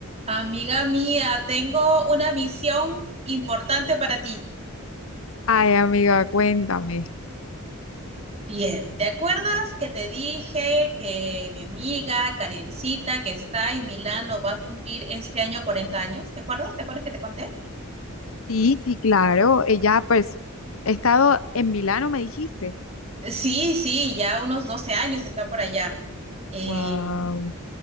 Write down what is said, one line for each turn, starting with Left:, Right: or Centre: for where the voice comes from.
Right: Amiga mía, tengo una misión importante para ti.
Left: Ay, amiga, cuéntame.
Right: Bien, ¿te acuerdas que te dije que mi amiga Karencita, que está en Milano, va a cumplir este año 40 años? ¿Te acuerdas? ¿Te acuerdas que te conté?
Left: Sí, sí, claro. Ella, pues, he estado en Milano, me dijiste.
Right: Sí, sí, ya unos 12 años está por allá. Eh,
Left: Wow.